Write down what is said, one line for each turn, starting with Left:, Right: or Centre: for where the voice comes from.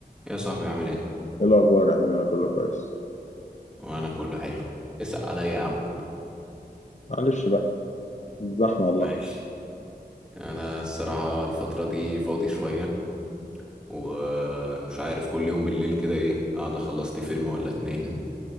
Centre: يا صاحبي عامل ايه؟
Left: ايه الاخبار يا حبيبي انا كله كويس
Centre: وانا كله حلو اسأل عليا يا عم
Left: معلش بقى زحمه والله
Centre: ماشي انا الصراحة الفترة دي فاضي شوية ومش عارف كل يوم بالليل كده ايه قاعد خلصت فيلم ولا اتنين